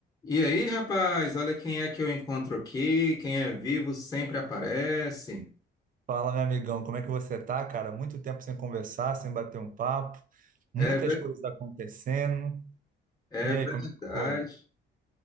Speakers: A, on the left; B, on the right.
A: E aí, rapaz, olha quem é que eu encontro aqui. Quem é vivo sempre aparece.
B: Fala, meu amigão, como é que você tá, cara? Muito tempo sem conversar, sem bater um papo, muitas
A: É, ver-
B: coisas acontecendo.
A: é
B: E
A: verdade.
B: aí, como é que foi?